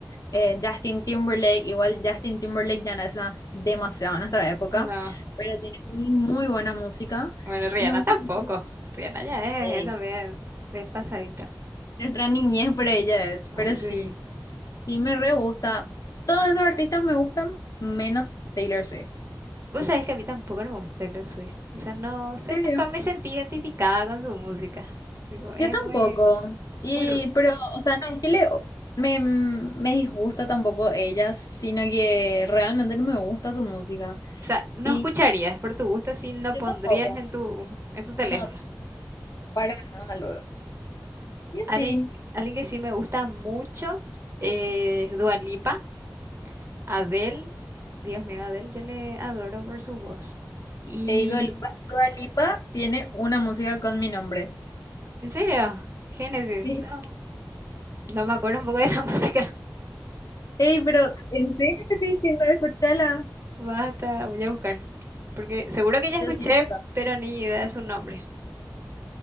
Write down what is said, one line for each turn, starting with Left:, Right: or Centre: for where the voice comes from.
Left: eh, Justin Timberlake, igual Justin Timberlake ya no es nas- demasiado en nuestra época,
Right: No.
Left: pero tiene muy, muy buena música
Right: Bueno, Rihanna
Left: y me gusta
Right: tampoco.
Left: mucho.
Right: Rihanna ya
Left: eh,
Right: es, es también bien pasadita.
Left: Nuestra niñez, para ella es. Pero
Right: Sí.
Left: sí, sí me re gusta. Todos esos artistas me gustan, menos Taylor Swift.
Right: Vos sabés que a mí tampoco no me gusta Taylor Swift. O sea, no sé,
Left: ¿En serio?
Right: nunca me sentí identificada con su música. Digo, es
Left: Yo tampoco.
Right: muy,
Left: Y,
Right: muy, r-
Left: pero, o sea, no es que le, me, me disgusta tampoco ella, sino que realmente no me gusta su música.
Right: o sea, no
Left: Y
Right: escucharías por tu gusto si no
Left: yo
Right: pondrías
Left: tampoco.
Right: en tu, en tu teléfono.
Left: No, para nada luego. Y así,
Right: Alguien, alguien que sí me gusta mucho es Dua Lipa, Adele. Dios mío, Adele, yo le adoro por su voz. Y,
Left: eh, Dua Lipa, Dua Lipa tiene una música con mi nombre.
Right: ¿en serio? Génesis,
Left: Sí.
Right: no, no me acuerdo un poco de la <laughs> música.
Left: Ey, pero ¿en serio te estoy diciendo? Escúchala.
Right: Basta, voy a buscar. Porque seguro que ya escuché,
Left: Yo sí gusta.
Right: pero ni idea de su nombre.